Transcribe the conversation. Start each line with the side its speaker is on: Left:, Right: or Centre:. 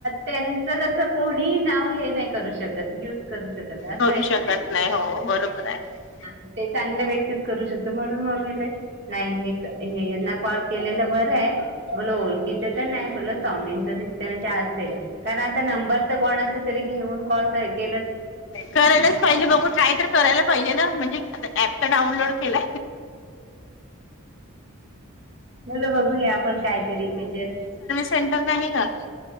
Right: त्यांच कस कोणी नाव हे नाही करू शकत. करू शकत असं
Left: करू
Right: आहे
Left: शकत
Right: ना.
Left: नाही हो बरोबर आहे.
Right: ते चांगले व्यक्तीत करू शकतो म्हणून मले नाही हे. हे यांना कॉल केलेलं बरं आहे बोला ओळखीच तर नाही बोला. दिस म्हणजे असेल कारण आता नंबर तर कोणाच तरी घेऊन कॉल के
Left: करायलाच पाहिजे बघू ट्राय कर. करायला पाहिजे ना म्हणजे आ ऍप तर डाऊनलोड केला.
Right: चलो बघूया आपण कायतरी म्हणजे,
Left: सेटर नाही आहे का,